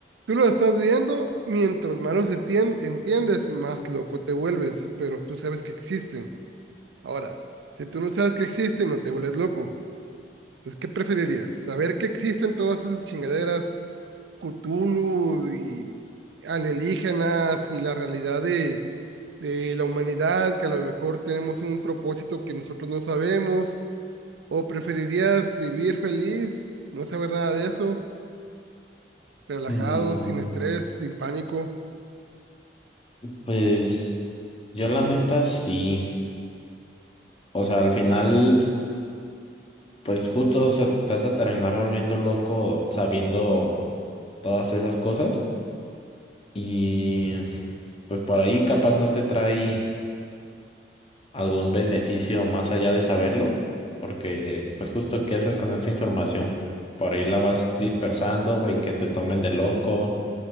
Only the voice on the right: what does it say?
tú lo estás viendo, mientras más los entien- entiendes, más loco te vuelves, pero tú sabes que existen. Ahora, si tú no sabes que existen, no te vuelves loco. Entonces, ¿qué preferirías? ¿Saber que existen todas esas chingaderas, Cthulhu y alienígenas y la realidad de, de la humanidad, que a lo mejor tenemos un propósito que nosotros no sabemos? ¿O preferirías vivir feliz, no saber nada de eso? relajado,
sin estrés, sin pánico.
Sí,